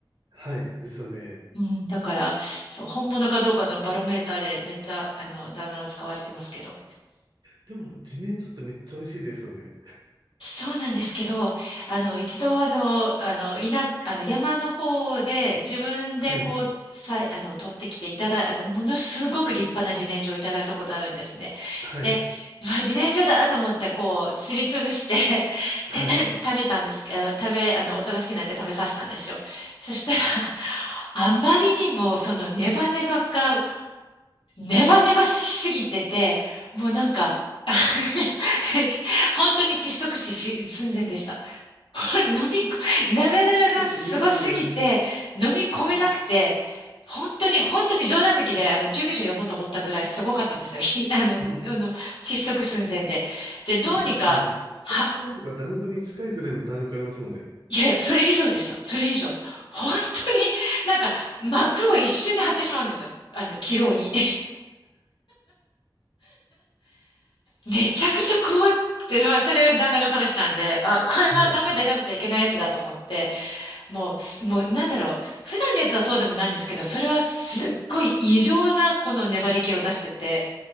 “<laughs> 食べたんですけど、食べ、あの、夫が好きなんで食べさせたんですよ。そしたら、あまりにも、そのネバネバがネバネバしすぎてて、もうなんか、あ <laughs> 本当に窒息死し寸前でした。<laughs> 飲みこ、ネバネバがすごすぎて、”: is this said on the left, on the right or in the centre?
Left